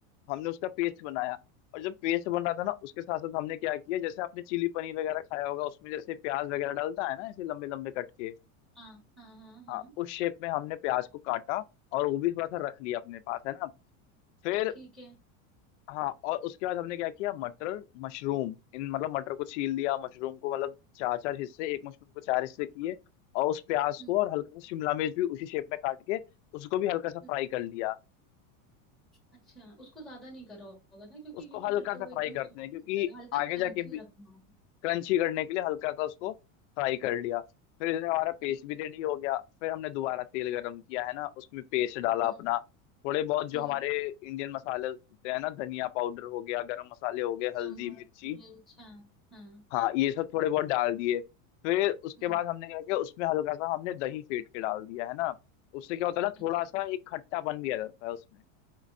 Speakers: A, on the left; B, in the centre.
A: हमने उसका पेस्ट बनाया और जब पेस्ट बन रहा था ना उसके साथ साथ हमने क्या किया जैसे आपने चिली पनीर वगैरह खाया होगा उसमें जैसे प्याज वगैरह डालता है ना ऐसे लंबे लंबे कट के
B: हाँ हाँ हाँ हाँ
A: हाँ उस शेप में हमने प्याज को काटा और वो भी थोड़ा सा रख लिया अपने पास है ना फिर
B: ठीक है
A: हाँ और उसके बाद हमने क्या किया मटर मशरूम इन मतलब मटर को छील लिया मशरूम को मतलब चार चार हिस्से एक मशरूम को चार हिस्से किए और उस प्याज
B: हम्म
A: को और हल्का सा शिमला मिर्च भी उसी शेप में काट के उसको भी हल्का सा फ्राई
B: हम्म,
A: कर लिया
B: अच्छा उसको ज्यादा नहीं करा होगा ना क्योंकि
A: उसको
B: क्योंकि
A: हल्का
B: फिर तो
A: सा
B: वो
A: फ्राई
B: एकदम
A: करते
B: सॉफ्ट
A: हैं क्योंकि
B: हो जाएगा हल्का
A: आगे
B: क्रंची
A: जाके भी
B: रखना होगा
A: क्रंची करने के लिए हल्का सा उसको फ्राई कर लिया फिर इसमें हमारा पेस्ट
B: ठीक
A: भी रेडी हो गया फिर हमने दोबारा तेल गरम किया है ना उसमें पेस्ट डाला
B: हम्म
A: अपना थोड़े बहुत जो
B: हम्म
A: हमारे इंडियन मसाले होते हैं ना धनिया पाउडर हो गया गरम मसाले हो गए हल्दी
B: नमक
A: मिर्ची
B: मिर्च हाँ हाँ
A: हाँ ये सब थोड़े बहुत डाल दिए फिर उसके
B: हम्म
A: बाद हमने क्या किया उसमें हल्का सा हमने दही फेंट के डाल दिया है ना उससे क्या होता है ना
B: अच-
A: थोड़ा सा एक खट्टापन भी आ जाता है उसमें